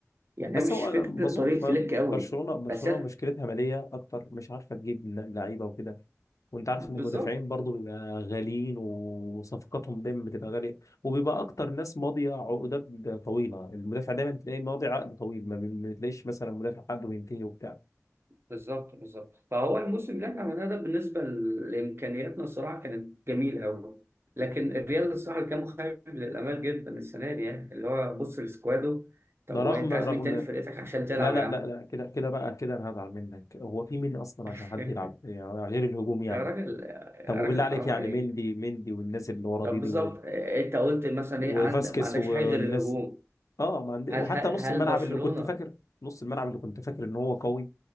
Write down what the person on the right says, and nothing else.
يعني
هي مش
فكرة
طريقة فليك قوي
بس هي-
بالظبط
بالظبط بالظبط فهو الموسم اللي احنا عملناه ده بالنسبة لإمكانياتنا الصراحة كانت جميلة أوي لكن الريال الصراحة اللي كان مخيب للآمال جدا السنة دي يعني اللي هو بص لسكواده طب
هو
أنت
عايز مين تاني في فرقتك عشان تلعب
يا عم
<laughs>
يا راجل يا
راجل
حرام
عليك
طب
بالظبط
إيه، انت قلت مثلا
ايه عندك ما عندكش
حاجه غير الهجوم
هل
هل
برشلونه